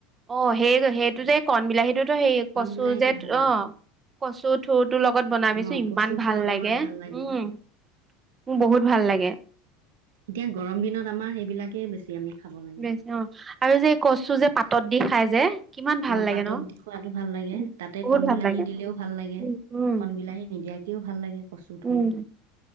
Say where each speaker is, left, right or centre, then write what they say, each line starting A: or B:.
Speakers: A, on the right; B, on the right.
A: অ' সেই সেইটো যে কণ বিলাহী টোতো সেই
B: কণ
A: কচু
B: বিলাহীটো
A: যে
B: ভাল লাগে
A: অ' কচু থোৰটো লগত বনাবিছো
B: অঁ
A: ইমান
B: কচু
A: ভাল
B: থোৰৰ
A: লাগে
B: লগত ভাল লাগে
A: উম মোৰ বহুত ভাল লাগে।
B: এতিয়া গৰম দিনত আমাৰ সেইবিলাকেই বেছি আমি খাব লাগে
A: বেছি অ' আৰু যে এই কচো যে পাতত দি খাই যে। কিমান ভাল
B: অ'
A: লাগে
B: পাতত
A: ন
B: দি খুৱাতো ভাল লাগে
A: উম
B: তাতে
A: বহুত
B: কন
A: ভাল
B: বিলাহী
A: লাগে
B: দিলেও ভাল লাগে
A: উম উম
B: কন বিলাহী নিদিয়াকে কেও ভাল লাগে। কচু থুৰ
A: উম